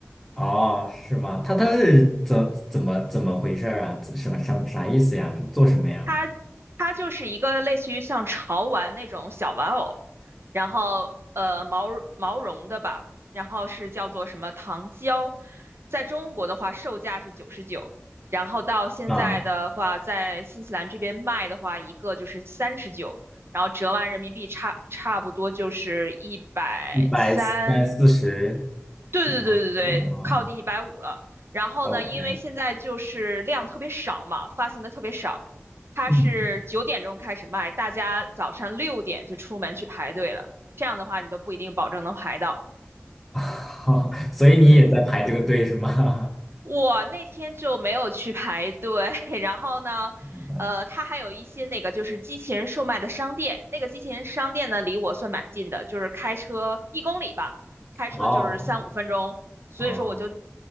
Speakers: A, in the centre; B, on the right.
A: 哦，是吗？他他是怎怎么怎么回事儿啊？怎什么什么啥意思呀？是做什么呀？
B: 它它就是一个类似于像潮玩那种小玩偶，然后呃毛毛绒的吧，然后是叫做什么糖胶，在中国的话售价是九十九，然后到现在的话，
A: 啊，
B: 在新西兰这边卖的话，一个就是三十九，然后折完人民币差差不多就是一百三
A: 一百三四十
B: 对对对对对，
A: 是吗？啊啊啊
B: 靠近一百五了。然后呢，
A: ，OK，
B: 因为现在就是量特别少嘛，发行的特别少，它是九点钟开始卖，
A: 嗯，
B: 大家早上六点就出门去排队了。这样的话，你都不一定保证能排到。
A: <laughs> 所以你也在排这个队是吗？
B: 嗯。我那天就没有去排队，<laughs> 然后呢，
A: <laughs> 嗯，
B: 呃，它还有一些那个就是机器人售卖的商店，那个机器人商店呢离我算蛮近的，就是开车一公里吧，开车就是三五分钟，
A: 哦
B: 所以说我就
A: 哦，